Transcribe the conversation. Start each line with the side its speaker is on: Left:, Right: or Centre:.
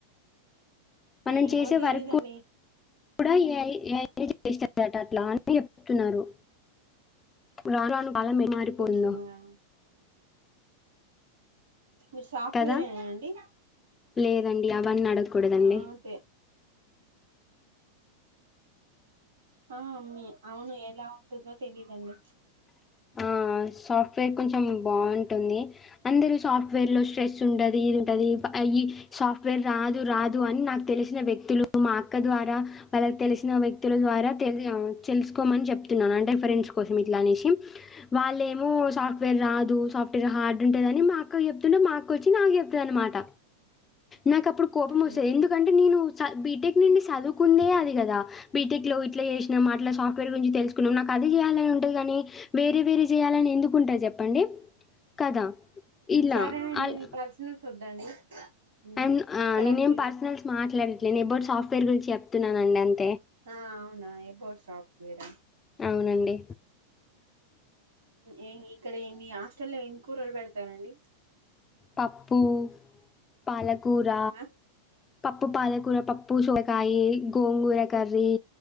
Left: మనం
Right: ఏమో
Left: చేసే
Right: తెలీదండి
Left: వర్క్ కూడా ఏఐ ఏఐ చెప్పేస్తాందట అట్ల అని చెప్తున్నారు ఉ రారాలు కాలమే మారిపోయిందో
Right: చూస్తున్నారా మీరు సాఫ్ట్వేర్
Left: కదా!
Right: ఏనా అండి
Left: లేదండి అవన్నీ అడకూడదండి
Right: ఆ అదే ఆ మీ అవును ఎలా ఉంటుందో తెలిదండి
Left: ఆ సాఫ్ట్వేర్ కొంచెం బాగుంటుంది అందరు సాఫ్ట్వేర్ లో స్ట్రెస్ ఉంటది ఇది ఉంటది ఈ సాఫ్ట్వేర్ రాదు రాదు తు అని నాకు తెలిసిన వ్యక్తులు మా అక్క ద్వారా వాళ్ళకి తెలిసిన వ్యక్తుల ద్వారా తెలు తెలుసుకోమని చెప్తున్నాను అంటే ఫరెండ్స్ కోసం ఇట్లా అనేసి వాళ్ళ ఏమో సాఫ్ట్వేర్ రాదు సాఫ్ట్వేర్ హార్డ్ ఉంటదని మా అక్కకు చెప్ తను మాకొచ్చి నాకు చెప్తా అనమాట నాకు అప్పుడు కోపం
Right: ఉమ్
Left: వస్తది ఎందుకంటే నేను స బీటెక్ నుండి చదువుకుందే అది కదా బీటెక్ లో ఇట్లా చేసినాం అట్లా సాఫ్ట్వేర్ గురించి తెలుసుకున్నాం నాకు ఆ అది చేయాలని ఉంటది కానీ వేరే వేరే చేయాలని ఎందుకుంటది చెప్పండి కదా ఇలా
Right: సరే అండి
Left: అల్
Right: మీ పర్సనల్స్ వద్దండి ఉమ్
Left: అండ్ ఆ
Right: ఇక్కడ
Left: నేనేం
Right: మీరు
Left: పర్సనల్స్ మాట్లాడట్లేను ఎబౌట్ సాఫ్ట్వేర్ గురించి చెప్తున్నానండి అంతే
Right: ఆ అవునా ఎబోట్ సాఫ్ట్వేర్ ఆ
Left: అవునండి
Right: ఏ ఇక్కడి మీ హాస్టల్లో ఎం కూరలు బెడతారండి.
Left: పప్పు, పాలకూర,
Right: ఆ
Left: పప్పు పాలకూర. పప్పు సోలకాయి, గోంగూర కర్రీ,